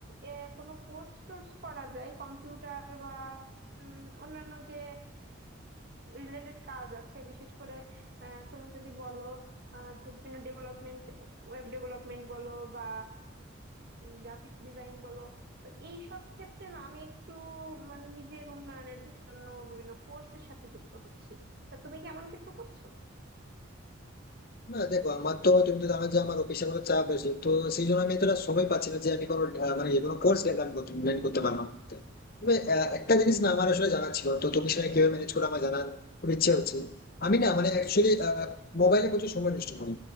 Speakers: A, on the right; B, on the left.
A: আহ, কোনো কোর্স টোর্স করা যায় কম্পিউটার বা উম, অন্যান্য যে রিলেটেড কাজ আছে বিশেষ করে আহ, তুমি যদি বলো আহ, যে বিভিন্ন ডেভেলপমেন্ট ওয়েব ডেভেলপমেন্ট বলো বা গ্রাফিক্স ডিজাইন বলো তো এই সব ক্ষেত্রে না আমি একটু মানে নিজের উন্নয়নের জন্য বিভিন্ন কোর্সের সাথে যুক্ত হচ্ছি তা তুমি কি এমন কিছু করছো
B: না দেখো আমার তো তুমি তো জানো যে আমার পেশাগত চাপ আছে তো সেই জন্য আমি এতটা সময় পাচ্ছি না যে আমি কোনো আহ, মানে কোনো কোর্স ডেভেলপ করতে manage করতে পারলাম তবে আহ, একটা জিনিস না আমার আসলে জানা ছিল তো তুমি সেটা কিভাবে ম্যানেজ করে আমার জানার খুব ইচ্ছে হচ্ছে আমি না মানে অ্যাকচুয়ালি মোবাইলে প্রচুর সময় নষ্ট করি